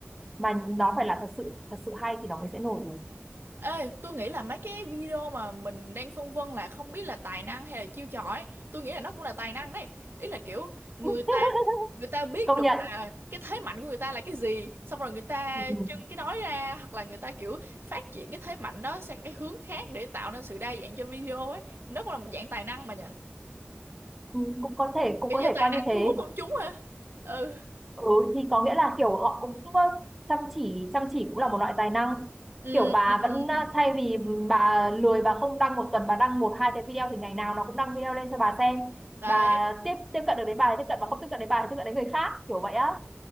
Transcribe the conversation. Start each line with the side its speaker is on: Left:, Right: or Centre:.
Centre: mà nó phải là thật sự thật sự hay thì nó mới sẽ nổi được
Right: ê tôi nghĩ là mấy cái video mà mình đang phân vân là không biết là tài năng hay là chiêu trò ấy tôi nghĩ là nó cũng là tài năng đấy ý là kiểu người
Centre: <laughs>
Right: ta người ta biết
Centre: công
Right: được
Centre: nhận
Right: là cái thế mạnh của người ta là cái gì xong rồi người ta
Centre: ừ.
Right: trưng cái đó ra hoặc là người ta kiểu phát triển cái thế mạnh đó sang cái hướng khác để tạo nên sự đa dạng cho video ấy thì nó cũng là một dạng tài năng mà nhỉ
Centre: Ừ, cũng có thể cũng
Right: kiểu
Centre: có
Right: như
Centre: thể
Right: tài
Centre: coi
Right: năng
Centre: như thế
Right: thu hút công chúng ha ừ
Centre: ừ thì có nghĩa là kiểu họ cũng ờ, chăm chỉ chăm chỉ cũng là một loại tài năng
Right: ừ
Centre: kiểu bà
Right: ừ.
Centre: vẫn ờ,
Right: ừ.
Centre: thay vì bà lười bà không đăng một tuần bà đăng một hai cái video thì ngày nào nó cũng đăng video lên cho bà xem
Right: đấy
Centre: bà tiếp tiếp cận được đến bà thì tiếp cận mà không tiếp cận đến bà thì tiếp cận đến người khác kiểu vậy á